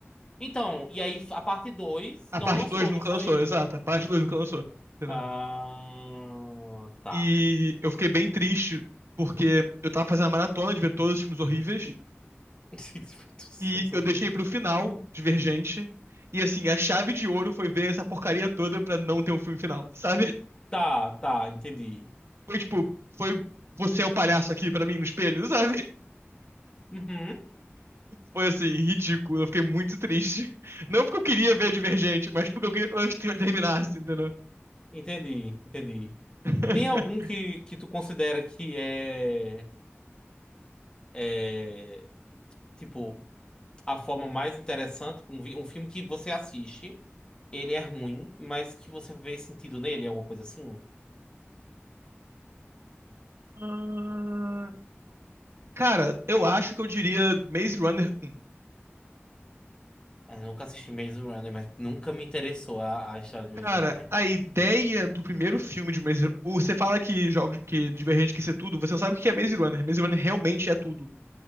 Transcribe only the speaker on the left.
Então, e aí a parte 2
não
lançou,
não foi?
Ah, tá.
<laughs> Filmes
horríveis.
Tá, tá, entendi.
Uhum,
entendi, entendi.
Tem algum que, que tu considera que é, é tipo. a forma mais interessante, um, vi- um filme que você assiste, ele é ruim, mas que você vê sentido nele, alguma coisa assim.
Ah, Eu nunca assisti Maze Runner, mas nunca me interessou a, a história de Maze
Runner.